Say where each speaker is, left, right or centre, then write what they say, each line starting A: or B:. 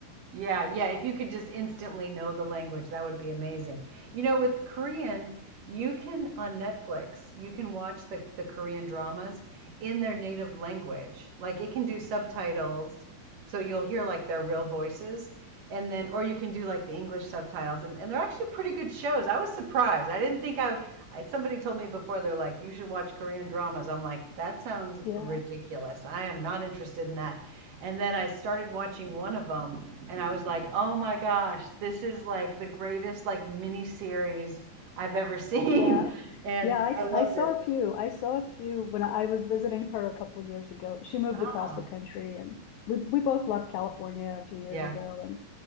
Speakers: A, on the right; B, on the left.
A: Yeah, yeah. If you could just instantly know the language, that would be amazing. You know, with Korean, you can on Netflix, you can watch the, the Korean dramas in their native language. Like it can do subtitles, so you'll hear like their real voices. And then, or you can do like the English subtitles, and, and they're actually pretty good shows. I was surprised. I didn't think I, I. Somebody told me before they're like, you should watch Korean dramas. I'm like, that sounds
B: Yeah,
A: ridiculous. I am not interested in that. And then I started watching one of them, and I was like, "Oh my gosh, this is like the greatest like mini series I've ever seen,"
B: yeah.
A: <laughs> and
B: Yeah, I
A: I loved
B: I saw
A: it.
B: a few. I saw a few when I was visiting her a couple of years ago. She moved
A: Ah,
B: across the country and we, we both left California a few years
A: yeah.
B: ago and